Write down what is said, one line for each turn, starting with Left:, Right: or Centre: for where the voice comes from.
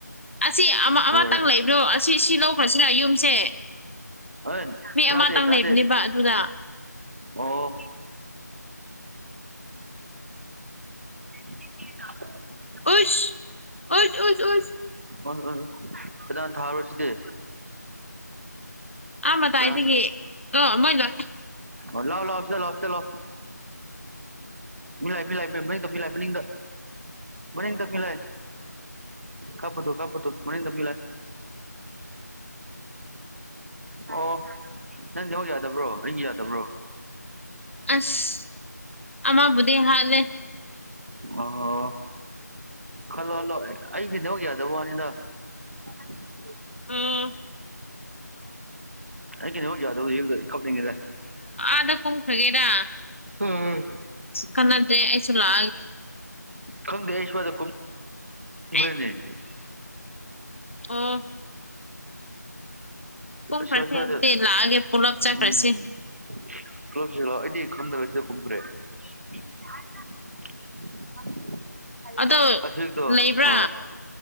Left: ꯑꯁꯤ ꯑꯃ
Right: ꯑꯣꯏꯔꯦ
Left: ꯑꯃꯇꯪ ꯂꯩꯕ꯭ꯔꯣ ꯑꯁꯤ ꯁꯤ ꯂꯧꯈ꯭ꯔꯁꯤꯔ ꯌꯨꯝꯁꯦ
Right: ꯑꯦ
Left: ꯃꯤ
Right: ꯆꯥꯗꯦ
Left: ꯑꯃꯇꯪ
Right: ꯆꯥꯗꯦ
Left: ꯂꯩꯕꯅꯦꯕ ꯑꯗꯨꯗ
Right: ꯑꯣ <inaudible>
Left: ꯑꯣ ꯑꯣ ꯑꯣꯁ ꯑꯣꯁ
Right: ꯎꯝ ꯎꯝ ꯀꯅꯥꯅ ꯊꯥꯕ꯭ꯔꯣ ꯁꯤꯗꯤ
Left: ꯑꯥ ꯃꯇꯥꯏꯗꯒꯤ
Right: ꯀ
Left: ꯑꯣ ꯃꯣꯏ ꯂꯥꯛꯑꯦ
Right: ꯊꯂꯣꯁꯗ ꯂꯣꯁꯗ ꯂꯣ ꯃꯤ ꯂꯥꯏ ꯃꯤ ꯂꯥꯏꯅꯤꯡꯗꯣ ꯃꯤ ꯂꯥꯏ ꯃꯅꯤꯡꯗ ꯃꯅꯤꯗ ꯃꯤꯂꯏ ꯀꯥꯞꯄ ꯇ ꯀꯄ ꯇ ꯃꯅꯤꯗ ꯃꯤꯂꯥꯏ ꯑꯣ ꯅꯪ ꯍ ꯌꯥꯗꯕ꯭ꯔꯣ ꯑꯩꯒꯤ ꯌꯥꯗꯕ꯭ꯔꯣ
Left: ꯑꯁ ꯑꯃꯥ ꯕꯙꯦ ꯍꯜ
Right: ꯑꯣ ꯍꯜꯂꯣ ꯍꯜꯂꯣ ꯑꯩ ꯗꯧ ꯌꯥꯗꯕ ꯋꯥꯅꯤꯅ <unintelligible>
Left: ꯎꯝ
Right: ꯑꯩ ꯍꯣ ꯌꯥꯎꯔ ꯍꯒ ꯀꯞꯄꯗꯉꯗ
Left: ꯑꯗ ꯆꯪ ꯊꯒꯦꯗ
Right: ꯎꯝ
Left: ꯀꯟꯅꯗ꯭ꯔꯦ ꯑꯩꯁꯨ ꯂꯥꯛꯑꯒꯦ
Right: ꯈꯪꯗꯦ ꯑꯩ ꯁꯋꯥꯗ ꯀꯨꯝ ꯅꯦ
Left: ꯑꯩ ꯑꯣ ꯀꯨꯝꯈ꯭ꯔꯁꯦ
Right: ꯁꯣꯏ ꯁꯣꯏꯗ
Left: ꯑꯗꯨꯗꯤ ꯂꯥꯛꯑꯒꯦ ꯄꯨꯂꯞ ꯆꯠꯈ꯭ꯔꯁꯤ
Right: ꯎꯝ <unintelligible>
Left: ꯑꯗꯣ
Right: ꯟꯁꯤꯗꯣ
Left: ꯂꯩꯕ꯭ꯔꯥ
Right: ꯑ